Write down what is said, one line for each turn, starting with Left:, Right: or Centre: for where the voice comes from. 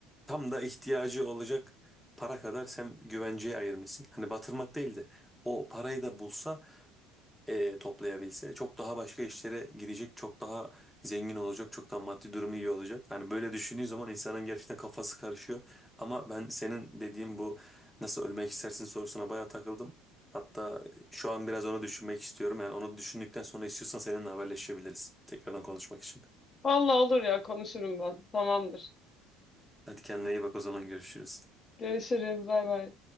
Centre: tam da ihtiyacı olacak para kadar sen güvenceye ayırmışsın. Hani batırmak değildi. o parayı da bulsa e, toplayabilse çok daha başka işlere gidecek, çok daha zengin olacak, çok daha maddi durumu iyi olacak. Hani böyle düşündüğü zaman insanın gerçekten kafası karışıyor. Ama ben senin dediğin bu nasıl ölmek istersin sorusuna bayağı takıldım. Hatta şu an biraz onu düşünmek istiyorum. Yani onu düşündükten sonra istiyorsan seninle haberleşebiliriz. Tekrardan konuşmak için.
Left: Vallahi olur ya konuşurum ben. Tamamdır.
Centre: Hadi kendine iyi bak o zaman görüşürüz.
Left: Görüşürüz. Bay bay.